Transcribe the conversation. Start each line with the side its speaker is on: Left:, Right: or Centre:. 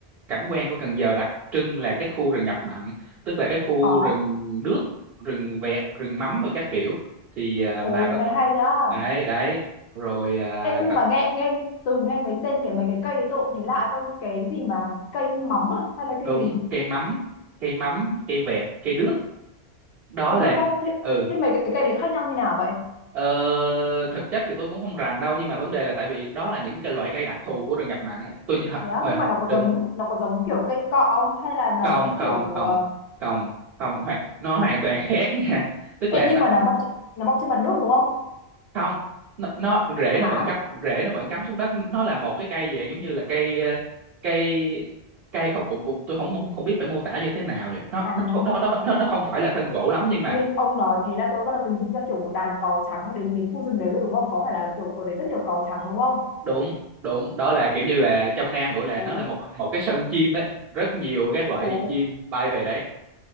Right: cảnh quan của Cần Giờ đặc trưng là cái khu rừng ngập mặn tức là cái khu
Left: Ồ,
Right: rừng đước rừng vẹt rừng mắm rồi các kiểu thì à,
Left: ồ,
Right: bà có
Left: nghe hay đó.
Right: đấy đấy rồi à,
Left: Ê, nhưng
Right: có-
Left: mà nghe nghe từ nghe mấy tên cái mấy cái cây đấy tôi cũng thấy lạ không cái gì mà cây mắm à? hay là
Right: đúng
Left: cây gì
Right: cây mắm cây mắm cây vẹt cây đước đó
Left: cây đua
Right: là
Left: có thế,
Right: ừ
Left: thế mấy cái cây đấy khác nhau như nào vậy
Right: ờ, thực chất thì tôi cũng không rành đâu nhưng mà vấn đề là tại vì đó là những cái loại cây đặc thù của rừng ngập mặn tôi nhớ-
Left: thế á,
Right: hồi
Left: nhưng
Right: hồi
Left: mà nó có
Right: đừng
Left: giống nó có giống kiểu cây cọ không hay là
Right: không
Left: nó sẽ
Right: không
Left: kiểu
Right: không
Left: ờ,
Right: không không hoàn nó hoàn toàn khác nha tức
Left: Ê,
Right: là
Left: nhưng mà nó mọc trên- nó mọc trên mặt nước đúng không
Right: không nó, nó rễ
Left: hả
Right: nó vẫn cắm rễ nó vẫn cắm xuống đất nó là một cái cây dạng giống như là cây ờ, cây cây không cũng cũng tôi không không, không biết phải mô tả như thế nào vậy nó
Left: à
Right: nó nó nó nó nó không phải là thân gỗ lắm nhưng
Left: tự
Right: mà
Left: nhiên ông nói thế là tôi bắt đầu hình dung ra kiểu một đàn cò trắng đến cái khu rừng đấy rồi đúng không có phải là kiểu ở đấy rất nhiều cò trắng đúng không
Right: đụng đụng đó là kiểu như là trong Nam gọi là
Left: ồ
Right: nó là một một cái sân chim đấy rất nhiều các loại
Left: ồ
Right: chim bay về đấy